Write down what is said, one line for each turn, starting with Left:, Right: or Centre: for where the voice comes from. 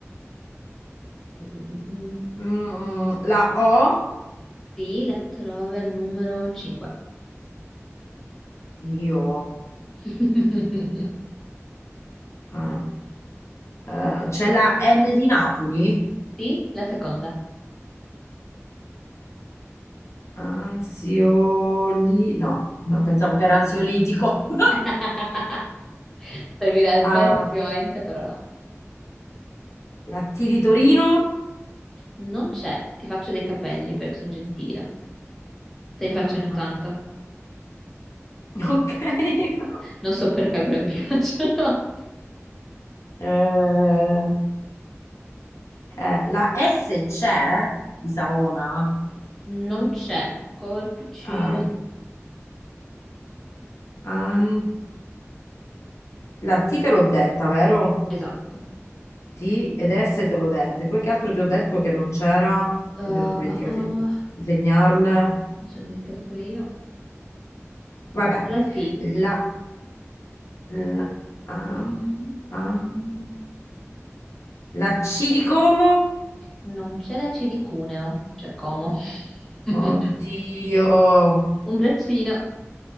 Centre: Mm, mm, mm.
Left: Mm, mm, la O,
Centre: Sì, la trovi al numero 5.
Left: io,
Centre: <laughs>
Left: ah, eh, c'è la N di Napoli?
Centre: Sì, la seconda.
Left: Ansioli, no, no, pensavo che era ansiolitico. <laughs>
Centre: <laughs> Servirebbe
Left: Ah,
Centre: effettivamente, però no.
Left: la T di Torino?
Centre: Non c'è, ti faccio dei capelli perché sono gentile. Te li faccio
Left: Mamma
Centre: anni 80.
Left: mia, ok. <laughs>
Centre: Non so perché, però mi <laughs> piacciono.
Left: Eh, eh, la S c'è di Savona?
Centre: Non c'è, corpicino.
Left: Ai, an- La T te l'ho detta, vero?
Centre: Esatto.
Left: T ed S te l'ho dette. Poi che altro ti ho detto che non c'era?
Centre: Uh,
Left: Che mi sono dimenticata
Centre: uh, uh,
Left: di di segnarle.
Centre: mi sono dimenticato pure io.
Left: Vabbè,
Centre: Mi- La T.
Left: la, la, am- am- la C di Como?
Centre: Non c'è la C di Cuneo, cioè Como. <laughs>
Left: Oddio.
Centre: Un braccino.